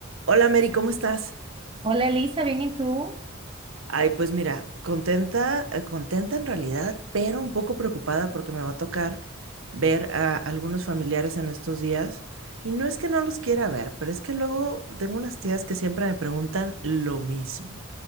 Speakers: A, on the right; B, on the right.
A: Hola Mary, ¿cómo estás?
B: Hola Elisa, ¿bien y tú?
A: Ay, pues mira, contenta, eh, contenta en realidad, pero un poco preocupada porque me va a tocar ver a algunos familiares en estos días. Y no es que no los quiera ver, pero es que luego tengo unas tías que siempre me preguntan lo mismo.